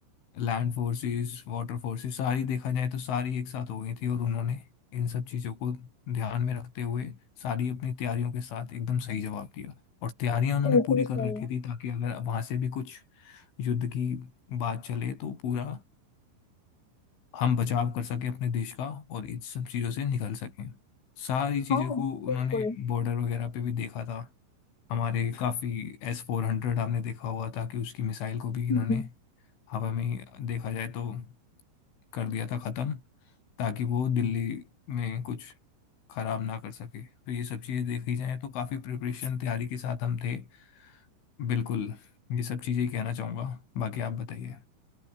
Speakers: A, on the left (about 75°); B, on the left (about 20°).
A: land forces water forces सारी देखा जाए तो सारी एक साथ हो गई थी और उन्होंने इन सब चीज़ों को ध्यान में रखते हुए सारी अपनी तैयारियों के साथ एकदम सही जवाब दिया और तैयारियां उन्होंने
B: बिल्कुल
A: पूरी कर
B: सही
A: रखी थी ताकि अगर वहां से भी कुछ युद्ध की बात चले तो पूरा हम बचाव कर सकें अपने देश का और इन सब चीज़ों से निकल सकें सारी चीज़ों
B: हाँ
A: को
B: बिल्कुल
A: उन्होंने बॉर्डर वगैरह पे भी देखा था हमारे काफ़ी एस फोर हंड्रेड आपने देखा हुआ था कि उसकी मिसाइल को भी इन्होंने
B: हम्म।
A: हवा में ही देखा जाए तो कर दिया था ख़त्म ताकि वो दिल्ली में कुछ खराब ना कर सके तो ये सब चीज़ें देखी जाए तो काफ़ी प्रिपरेशन तैयारी के साथ हम थे बिल्कुल ये सब चीज़ें ही कहना चाहूँगा बाकी आप बताइए